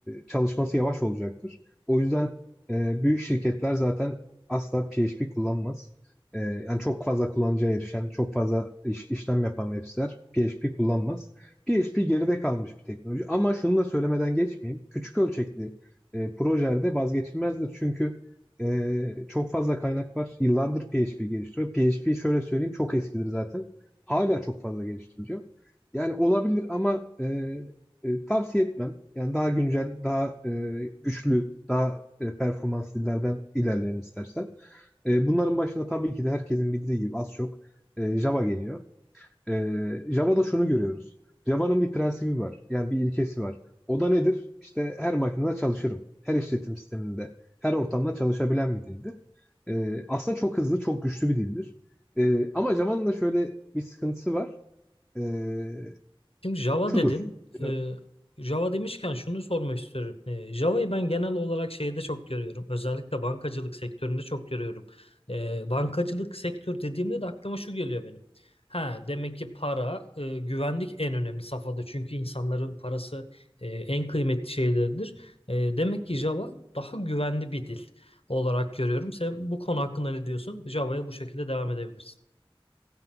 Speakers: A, in the centre; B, on the left.
A: çalışması yavaş olacaktır. O yüzden e, büyük şirketler zaten asla PHP kullanmaz. E, yani çok fazla kullanıcıya erişen, çok fazla iş- işlem yapan web siteler PHP kullanmaz. PHP geride kalmış bir teknoloji. Ama şunu da söylemeden geçmeyeyim. Küçük ölçekli e, projelerde vazgeçilmezdir. Çünkü ee, çok fazla kaynak var. Yıllardır PHP geliştiriyor. PHP şöyle söyleyeyim çok eskidir zaten. Hala çok fazla geliştiriliyor. Yani olabilir ama e, e, tavsiye etmem. Yani daha güncel, daha e, güçlü, daha e, performanslı dillerden ilerleyelim istersen. E, bunların başında tabii ki de herkesin bildiği gibi az çok e, Java geliyor. Ee, Java'da şunu görüyoruz. Java'nın bir prensibi var. Yani bir ilkesi var. O da nedir? İşte her makinede çalışırım. Her işletim sisteminde, her ortamda çalışabilen bir dildir. Ee, aslında çok hızlı, çok güçlü bir dildir. Ee, ama Java'nın da şöyle bir sıkıntısı var. Ee,
B: Şimdi Java
A: şudur.
B: dedin.
A: Ya-
B: Ee, Java demişken şunu sormak istiyorum. Ee, Java'yı ben genel olarak şeyde çok görüyorum. Özellikle bankacılık sektöründe çok görüyorum. Ee, bankacılık sektör dediğimde de aklıma şu geliyor benim. Ha, demek ki para, e, güvenlik en önemli safhada. Çünkü insanların parası e, en kıymetli şeylerdir. E, demek ki Java daha güvenli bir dil olarak görüyorum. Sen bu konu hakkında ne diyorsun? Java'ya bu şekilde devam edebilirsin.